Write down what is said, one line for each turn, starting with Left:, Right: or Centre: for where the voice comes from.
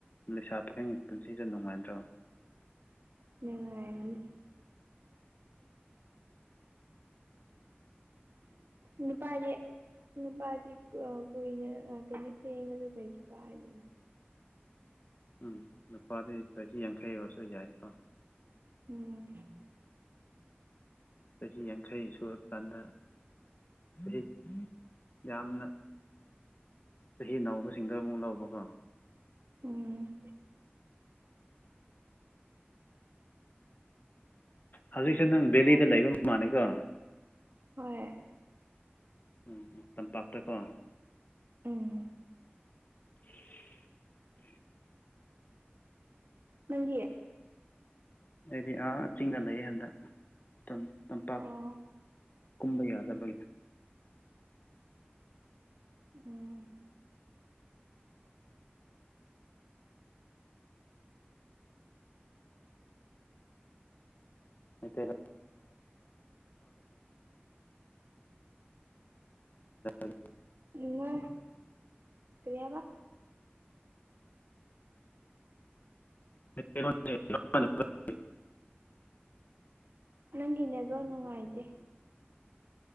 Left: ꯂꯩꯁꯥ ꯄꯥꯈꯪꯒꯤ ꯄꯨꯟꯁꯤꯗ ꯅꯨꯡꯉꯥꯏꯗ꯭ꯔꯣ
Right: ꯅꯨꯉꯥꯏꯕꯅꯤ ꯅꯨꯄꯥꯁꯦ ꯅꯨꯄꯥꯗꯤ ꯀꯨꯏꯅ ꯀꯩꯅꯣ ꯊꯦꯡꯉꯁꯨ ꯀꯩꯁꯨ ꯀꯥꯏꯔꯤꯅꯣ
Left: ꯎꯝ ꯅꯨꯄꯥꯗꯤ ꯆꯍꯤ ꯌꯥꯡꯈꯩ ꯑꯣꯏꯔꯁꯨ ꯌꯥꯏꯀꯣ
Right: ꯎꯝ
Left: ꯆꯍꯤ ꯌꯥꯡꯈꯩ ꯁꯨꯔꯀꯥꯟꯗ ꯑꯩ ꯌꯥꯝꯅ ꯆꯍꯤ ꯅꯧꯕꯁꯤꯡꯗ ꯑꯃꯨꯛ ꯂꯧꯕꯀꯣ
Right: ꯎꯝ
Left: ꯍꯧꯖꯤꯛꯁꯦ
Right: ꯀꯩꯁꯨ
Left: ꯅꯪ ꯗꯦꯂꯤꯗ
Right: ꯀꯥꯏꯗꯦ
Left: ꯂꯩꯕ ꯃꯥꯜꯂꯤꯀꯣ
Right: ꯍꯣꯏ
Left: ꯎꯝ ꯇꯝꯄꯥꯛꯇꯀꯣ <unintelligible>
Right: ꯎꯝ ꯅꯪꯒꯤ
Left: ꯑꯩꯗꯤ ꯑꯥ ꯆꯤꯡꯗ ꯂꯩ ꯍꯟꯗꯛ ꯇꯝ ꯇꯝꯄꯥꯛ
Right: ꯑꯣ
Left: ꯀꯨꯝꯕ ꯌꯥꯗꯕꯒꯤ
Right: ꯎꯝ
Left: ꯃꯩꯇꯩ <inaudible> <inaudible>
Right: ꯌꯦꯡꯉꯣꯢ ꯀꯔꯤ ꯍꯥꯢꯕ
Left: <inaudible>
Right: ꯅꯪꯒꯤ ꯅꯦꯠꯋꯥꯛ ꯅꯨꯡꯉꯥꯏꯇꯦ